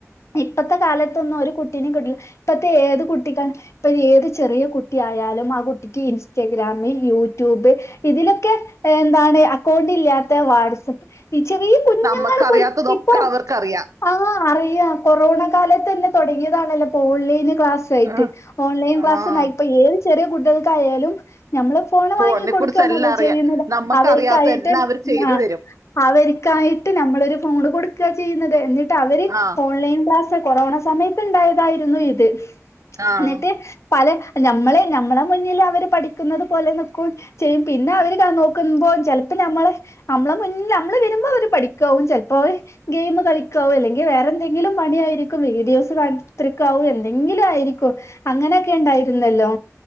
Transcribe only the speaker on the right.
നമ്മക്കറിയാത്തതൊക്കെ
അവർക്കറിയാം
ആഹ്
ആഹ്
ഫോണിനെ
കുറിച്ച് എല്ലാം അറിയാം
നമ്മക്കറിയാത്ത
എല്ലാം അവര് ചെയ്തു
തരും
ആഹ്
ആഹ്